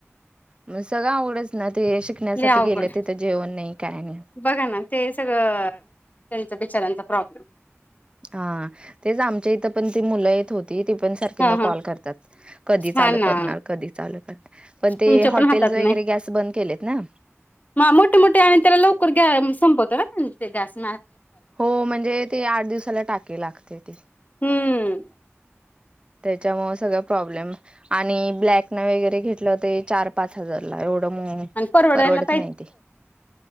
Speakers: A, on the right (about 20°); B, on the left (about 35°).
A: मग सगळं अवघडच ना ते शिकण्यासाठी
B: लय अवघड
A: गेले तिथं जेवण नाही काय नाही.
B: बघा ना ते सगळं त्यांच बिचारांचा प्रॉब्लेम.
A: हा तेच आमच्या इथं पण ती मुलं येत होती ती पण सारखींदा
B: हा हा
A: कॉल करतात. कधी
B: हा
A: चालू
B: ना
A: करणार, कधी चालू करनार पण ते
B: तुमच्या
A: हॉटेल
B: पण हातात
A: वगैरे
B: नाही.
A: गॅस बंद केलेत ना.
B: मोठे, मोठे हाय आणि त्याला लवकर ग संपवतो ना गॅस?
A: हो म्हणजे ते आठ दिवसाला टाकि लागते ते.
B: हम्म.
A: त्याच्यामुळे सगळ प्रॉब्लेम आणि ब्लॅकने वगैरे घेतलं होते चार पाच हजारला एवढं म
B: आणि परवडायला
A: परवडत नाही ते.